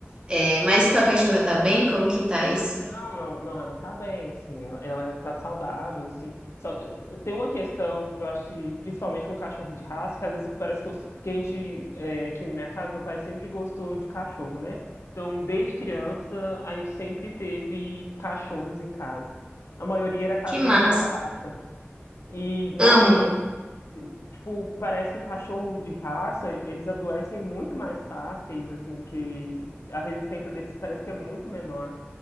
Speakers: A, on the right; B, on the left.
A: É, mas tua cachorra tá bem? Como que tá isso?
B: Não, não, não, ela tá bem, assim, ela, ela tá saudável, assim. Só, eu- eu- tem uma questão, eu acho que principalmente com cachorro de raça, que às vezes parece que eu. Porque a gente, é, aqui na minha casa, meu pai sempre gostou de cachorro, né? Então, desde criança, a gente sempre teve cachorros em casa. A maioria era cachorro
A: Que massa.
B: vira-lata. E, nossa,
A: Amo.
B: de- Tipo, parece que cachorro de raça, eles adoecem muito mais fáceis, assim, do que a resistência deles parece que é muito menor.